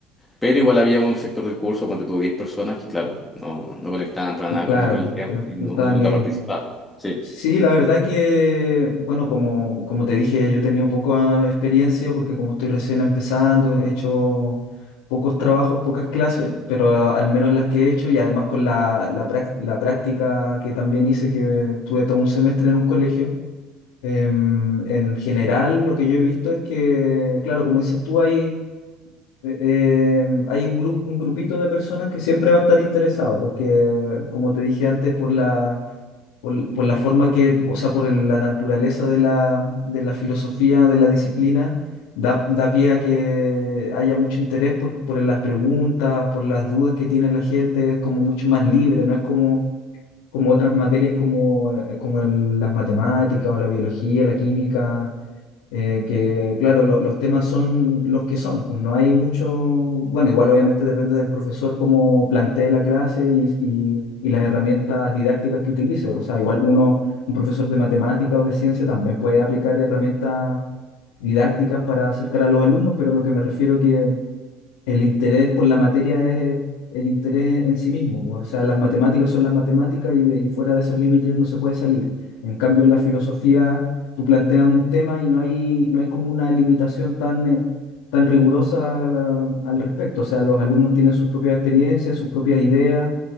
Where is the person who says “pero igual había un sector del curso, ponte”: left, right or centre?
Left